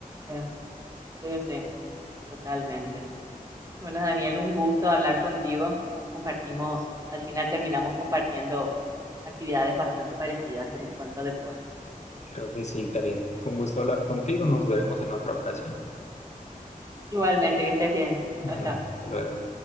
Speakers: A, on the right; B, on the left.
A: Eh, sí, sí, totalmente. Bueno, Daniel, un gusto hablar contigo. Compartimos, al final terminamos compartiendo actividades bastante parecidas en cuanto a deporte.
B: Creo que sí, Karim. Fue un gusto hablar contigo, nos veremos en otra ocasión.
A: Igualmente, que estés bien.
B: Bueno,
A: Chao, chao.
B: hasta luego.